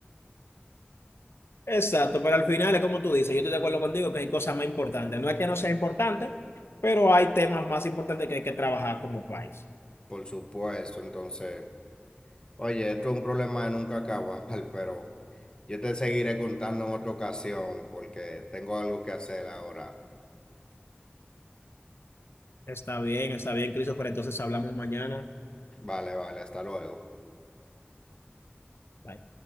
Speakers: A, on the left; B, on the left.
A: Exacto, pero al final es como tú dices, yo estoy de acuerdo contigo que hay cosas más importantes. No es que no sea importante, pero hay temas más importantes que hay que trabajar como país.
B: por supuesto. Entonces, oye, esto es un problema de nunca acabar, <laughs> pero yo te seguiré contando en otra ocasión porque tengo algo que hacer ahora.
A: Está bien, está bien, Christopher. Entonces hablamos mañana.
B: Vale, vale, hasta luego.
A: Bye.